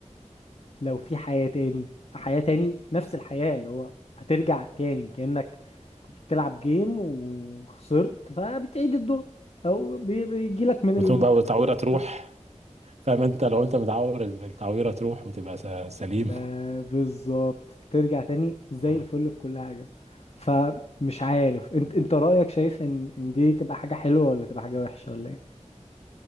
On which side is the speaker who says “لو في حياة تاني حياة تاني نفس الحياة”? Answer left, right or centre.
Left